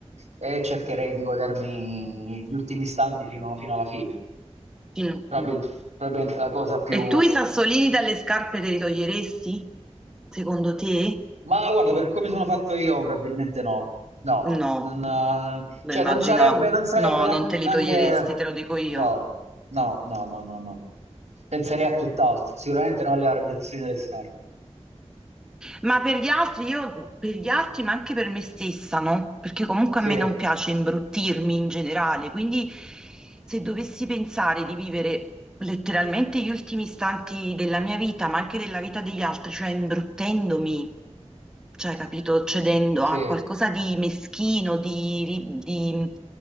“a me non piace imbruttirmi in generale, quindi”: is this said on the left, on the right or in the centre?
Centre